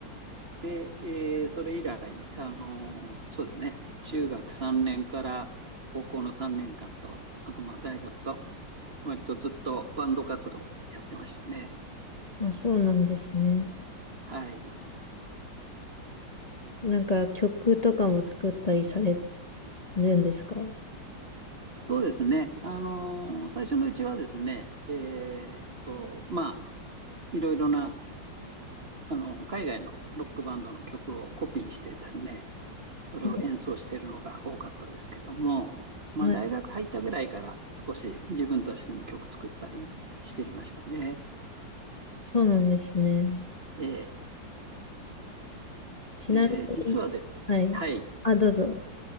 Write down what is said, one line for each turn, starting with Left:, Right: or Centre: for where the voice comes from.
Right: で、えーそれ以来、あのーそうですね、中学3年から高校の3年間と、あとまあ大学と、割とずっとバンド活動をやってましたね。
Left: あ、そうなんですね。
Right: はい。
Left: なんか曲とかも作ったりされるんですか
Right: そうですね、あのー最初のうちはですね、えーっと、まあ、いろいろな、あの、海外のロックバンドの曲をコピーしてですね、それを演奏しているのが多かったですけども、
Left: あ
Right: まあ、
Left: はい。
Right: 大学入ったぐらいから少し自分たちでも曲作ったりしていましたね。
Left: そうなんですね。
Right: ええ
Left: ちなみに、
Right: で、実はで、
Left: はい。
Right: はい、
Left: あ、どうぞ。